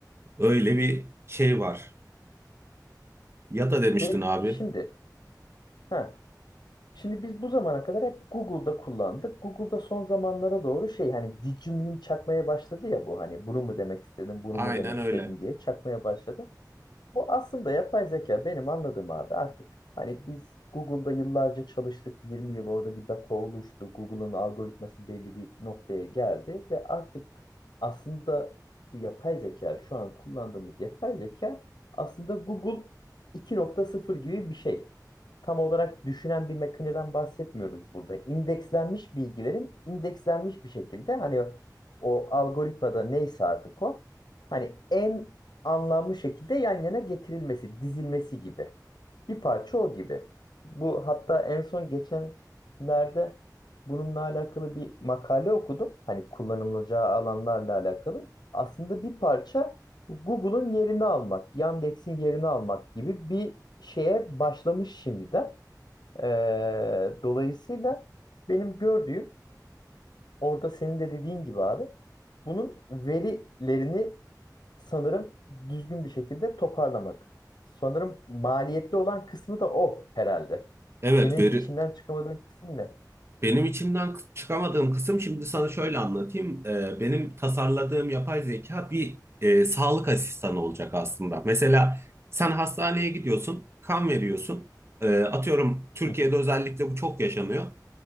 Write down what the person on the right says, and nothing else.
Öyle bir şey var. Ya da demiştin
abi.
Aynen
öyle.
Evet
veri
benim içimden kı- çıkamadığım kısım şimdi sana şöyle anlatayım. Ee, benim tasarladığım yapay zeka bir e, sağlık asistanı olacak aslında. Mesela sen hastaneye gidiyorsun, kan veriyorsun. Ee, atıyorum Türkiye'de
özellikle bu çok yaşanıyor.